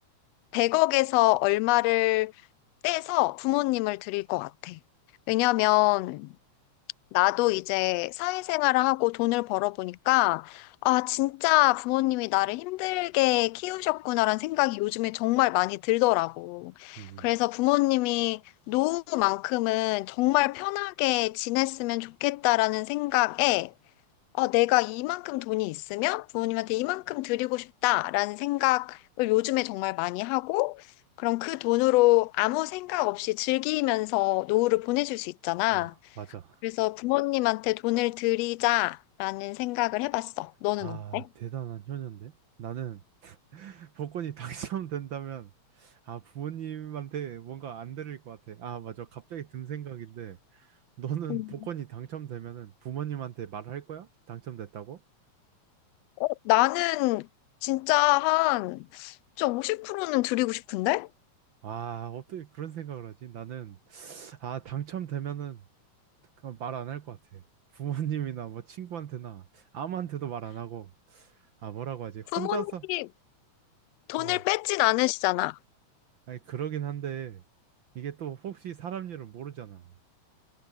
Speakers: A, on the left; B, on the right.
A: 100억에서 얼마를 떼서 부모님을 드릴 것 같아. 왜냐면 나도 이제 사회생활을 하고 돈을 벌어보니까 아, 진짜 부모님이 나를 힘들게 키우셨구나라는 생각이 요즘에 정말 많이 들더라고.
B: 음,
A: 그래서 부모님이 노후만큼은 정말 편하게 지냈으면 좋겠다라는 생각에 어, 내가 이만큼 돈이 있으면 부모님한테 이만큼 드리고 싶다라는 생각을 요즘에 정말 많이 하고, 그럼 그 돈으로 아무 생각 없이 즐기면서 노후를 보내줄 수 있잖아.
B: 어, 맞아.
A: 그래서 부모님한테 돈을 드리자라는 생각을 해봤어. 너는
B: 아,
A: 어때?
B: 대단한 효녀인데? 나는 복권이 <laughs> 당첨된다면 아, 부모님한테 뭔가 안 드릴 것 같아. 아, 맞아. 갑자기 든 생각인데 너는
A: 음.
B: 복권이 당첨되면은 부모님한테 말할 거야? 당첨됐다고?
A: 어, 나는 진짜 한, 진짜 50%는 드리고 싶은데?
B: 아, 어떻게 그런 생각을 하지? 나는 아, 당첨되면은 그럼 말 안 할 것 같아. 부모님이나 뭐 친구한테나 아무한테도 말 안 하고 아 뭐라고 하지? 혼자서
A: 부모님이 돈을
B: 어
A: 뺏진 않으시잖아.
B: 아니 그러긴 한데 이게 또 혹시 사람 일을 모르잖아.